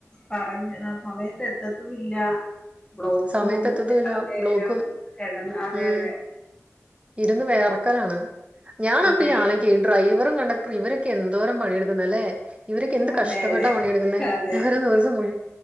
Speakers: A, on the left (about 15°); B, on the right (about 25°).
A: പറഞ്ഞ സമയത്ത് എത്തത്തുല്ല ബ്ലോക്കും
B: സമയത്ത് എത്തത്തുല്ല
A: എത്ര നേരം
B: ബ്ലോക്കും
A: കിടന്ന് അതെ
B: ഉം
A: അതെ
B: ഇരുന്ന് വേർക്കലാണ് ഞാനിപ്പോ
A: അതെ
B: ആലോചിക്ക ഈ ഡ്രൈവ ഡ്രൈവറും കണ്ടക്ടറും ഇവരൊക്കെ എന്തോരം പണിയെടുക്കുന്ന അല്ലേ ഇവരൊക്കെ എന്ത്
A: അതെ
B: കഷ്ടപ്പെട്ടാ
A: അതെ
B: പണിയെടുക്കുന്നെ
A: അതെ
B: ഒരു ദിവസം മുഴു ദിവസം